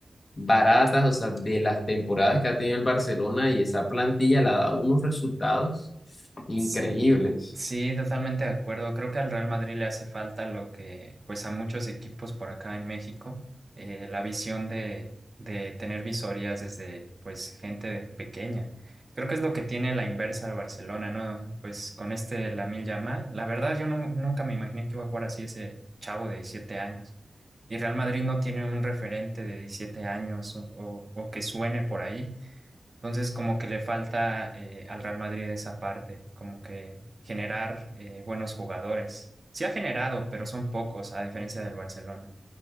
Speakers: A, on the left; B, on the right.
A: baratas, o sea, de las temporadas que ha tenido el Barcelona y esa plantilla le ha dado unos resultados increíbles.
B: Sí, sí, totalmente de acuerdo. Creo que al Real Madrid le hace falta lo que, pues a muchos equipos por acá en México, eh, la visión de, de tener visorías desde, pues, gente pequeña. Creo que es lo que tiene la inversa de Barcelona, ¿no? Pues con este Lamine Yamal, la verdad yo no- nunca me imaginé que iba a jugar así ese chavo de 17 años. Y Real Madrid no tiene un referente de 17 años o, o o que suene por ahí. Entonces, como que le falta eh, al Real Madrid esa parte, como que generar eh, buenos jugadores. Sí ha generado, pero son pocos, a diferencia del Barcelona,